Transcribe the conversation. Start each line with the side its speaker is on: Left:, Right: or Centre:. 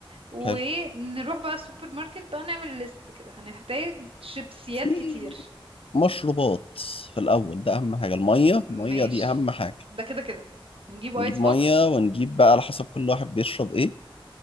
Right: ونروح
Left: حلو
Right: بقى السوبر ماركت بقى نعمل ليست كده هنحتاج شيبسيات
Left: في
Right: كتير
Left: مشروبات في الأول ده أهم حاجة المية المية
Right: ماشي
Left: دي أهم حاجة
Right: ده كده كده نجيب ايس
Left: نجيب
Right: بوكس
Left: مية ونجيب بقى على حسب كل واحد بيشرب إيه